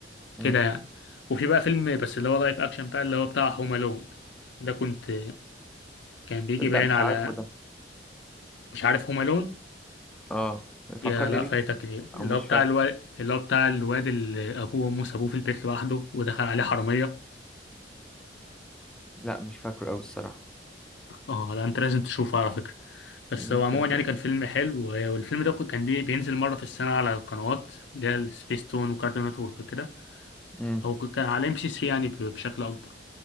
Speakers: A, in the centre; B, on the left.
A: مم.
B: كده يعني وفي بقى فيلم بس اللي هو لايف أكشن بقى اللي هو بتاع هوم ألون ده كنت كان بيجي
A: تصدق
B: باين
A: مش
B: على
A: عارفه ده
B: مش عارف هوم ألون
A: اه فكرني
B: يا لا
A: بيه
B: فايتك كتير اللي
A: او مش
B: هو بتاع
A: فاكره
B: الواد اللي هو بتاع الواد اللي ابوه وامه سابوه في البيت لوحده ودخل عليه حراميه
A: لا مش فاكره قوي الصراحة
B: اه لا انت لازم تشوفه على فكره بس
A: ممكن
B: هو عموما
A: أبقى-
B: يعني كان فيلم حلو والفيلم ده كان بي- بينزل مره في السنه على القنوات اللي هي السبيس تون وكارتون نتورك كده
A: مم.
B: او كان على ام بي سي 3 يعني ب- بشكل اكبر